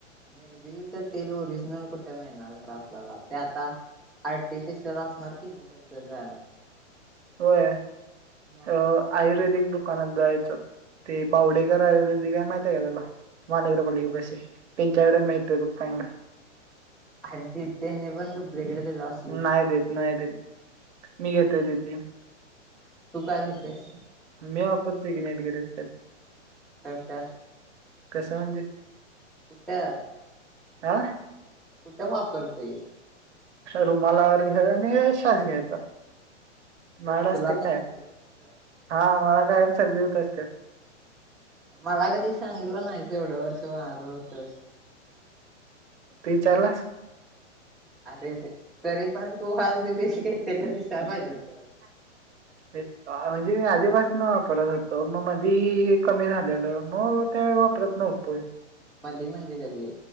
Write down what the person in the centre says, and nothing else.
निलगीरी तेल तर तेल ओरिजनल कुठं मिळणार ते आपल्याला ते आता आर्टिफिशियल असणार की म त्या
मग
हा
हा
हा
आणि त त्यांनी पण ढुपलेलिकेट दिल तर
तुका घेतेस?
<unintelligible>
कुठं?
कुठं वापरतोस
तुला
पण होते व्हय तसं
मला कधी सांगितलं नाही तेवढं वर्ष वारं होतच
अरे तरी पण तू हज जे पीस घेत त्याला दिसायला पाहिजेत
मधी म्हणजे कधी